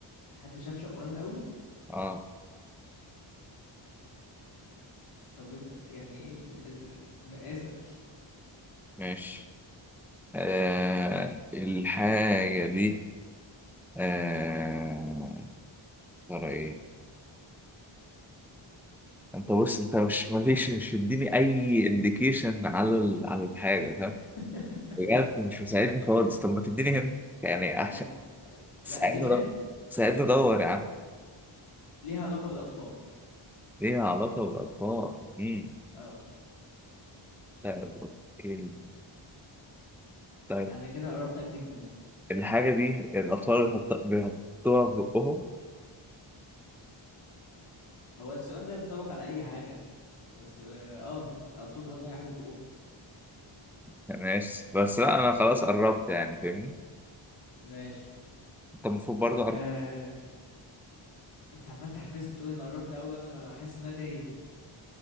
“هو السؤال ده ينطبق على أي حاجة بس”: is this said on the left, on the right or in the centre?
Left